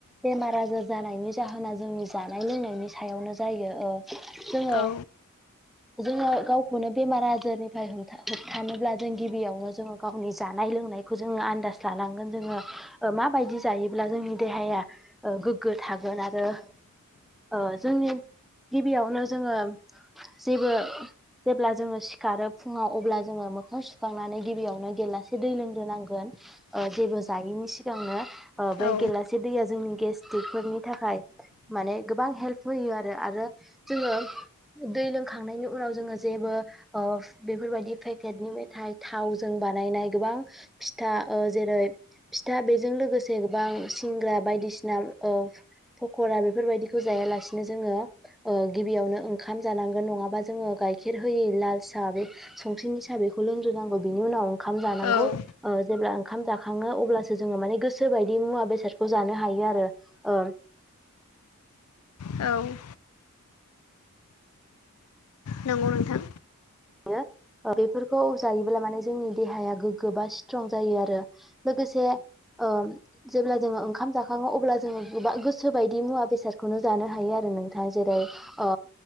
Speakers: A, in the centre; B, on the left.
A: बेमार आजार जानायनि जाहोना जोंनि जानाय लोंनायनि सायावनो जायो ओ जोङो
B: औ
A: जोङो गावखौनो बेमार आजारनिफ्राय हमथा होबथानोब्ला जों गिबियावनो जोङो गावनि जानाय लोंनाय खौ जोङो आन्दाज लानांगोन जोङो माबायदि जायोब्ला जोंनि देहाया ओ गोग्गो थागोन आरो ओ जोंनि गिबियावनो जोङो जेबो जेब्ला जोङो सिखारो फुङाव अब्ला जोङो मोखां सुखांनानै गिबियावनो गेलासे दै लोंग्रोनां गोन ओ जेबो जायिनि सिगांनो ओ बे
B: औ
A: गिलास एसे दैया जोंनि गेस्ट्रिकफोरनि थाखाय माने गोबां हेल्प होयो आरो आरो जोङो दै लोंखांनायनि उनाव जोङो जेबो ओ बेफोरबायदि पेकेटनि मेथाइ थावजों बानायनाय गोबां फिथा ओ जेरै फिथा बेजों लोगोसे गोबां सिंग्रा बायदिसिना ओ फकरा बेफोरबायदिखौ जायालासिनो जोङो ओ गिबियावनो ओंखाम जानांगोन नङाबा जोङो गाइखेर होयै लाल साहा बे संख्रिनि साहा बेखौ लोंग्रोनांगौ बिनि उनाव ओंखाम जानांगौ
B: औ
A: ओ जेब्ला ओंखाम जाखाङो अब्लासो जोङो माने गोसो बायदि मुवा बेसादखौ जानो हायो आरो ओ
B: औ नंगौ नोंथां
A: <unintelligible> बेफोरखौ जायोब्ला माने जोंनि देहाया गोग्गो बा स्ट्रं जायो आरो लोगोसे ओ जेब्ला जोङो ओंखाम जाखाङो अब्ला जोङो गोबा गोसो बायदि मुवा बेसादखौनो जानो हायो आरो नोंथां जेरै अ